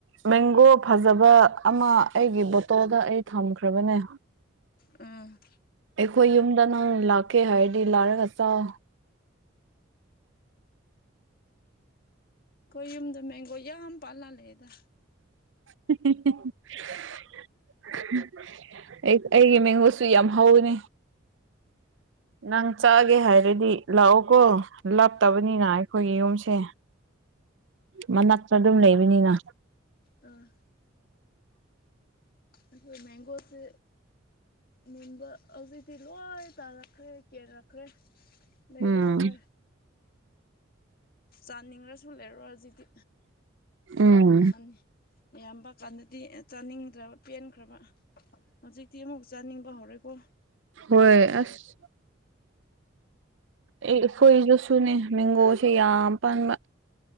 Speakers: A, on the right; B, on the left.
A: ꯃꯦꯡꯒꯣ ꯐꯖꯕ ꯑꯃ ꯑꯩꯒꯤ ꯕꯣꯇꯜꯗ ꯑꯩ ꯊꯝꯈ꯭ꯔꯥꯕꯅꯦ
B: ꯑꯝ
A: ꯑꯩꯈꯣꯏ ꯌꯨꯝꯗ ꯅꯪ ꯂꯥꯛꯀꯦ ꯍꯥꯏꯔꯗꯤ ꯂꯥꯛꯔꯒ ꯆꯥꯎ
B: ꯑꯩꯈꯣꯏ ꯌꯨꯨꯝꯗ ꯃꯦꯡꯒꯣ ꯌꯥꯝ ꯄꯥꯜꯂꯥ ꯂꯩꯌꯦꯗ
A: ꯑꯩ <unintelligible> ꯑꯩꯒꯤ ꯃꯦꯡꯒꯣꯁꯨ ꯌꯥꯝ ꯍꯥꯎꯋꯦꯅꯦ ꯅꯪ ꯆꯥꯒꯦ ꯍꯥꯏꯔꯗꯤ ꯂꯥꯛꯑꯣꯀꯣ ꯂꯥꯞꯇꯕꯅꯤꯅ ꯑꯩꯈꯣꯏꯒꯤ ꯌꯨꯝꯁꯦ ꯃꯅꯥꯛꯇ ꯑꯗꯨꯝ ꯂꯩꯕꯅꯤꯅ
B: ꯑꯥ ꯑꯩꯈꯣꯏ ꯃꯦꯡꯒꯣꯁꯦ ꯃꯨꯟꯕ ꯍꯧꯖꯤꯛꯗꯤ ꯂꯣꯏ ꯇꯥꯔꯛꯈ꯭ꯔꯦ ꯀꯦꯔꯛꯈ꯭ꯔꯦ ꯂꯩꯔꯔꯣꯏ
A: ꯎꯝ
B: ꯆꯥꯅꯤꯡꯔ꯭ꯁꯨ ꯂꯩꯔꯔꯣꯏ ꯍꯧꯖꯤꯛꯇꯤ
A: ꯎꯝ
B: ꯅꯍꯥꯟ ꯌꯥꯝꯕ ꯀꯥꯟꯗꯗꯤ ꯆꯥꯅꯤꯡꯗ꯭ꯔꯕ ꯄꯦꯟꯈ꯭ꯔꯕ ꯍꯧꯖꯤꯛꯇꯤ ꯑꯃꯨꯛ ꯆꯥꯅꯤꯡꯕ ꯍꯧꯔꯦꯀꯣ
A: ꯍꯣꯏ ꯑꯁ ꯑꯦ ꯑꯩꯈꯣꯏꯗꯨꯁꯨꯅꯦ ꯃꯦꯡꯒꯣꯁꯦ ꯌꯥꯝ ꯄꯥꯟꯕ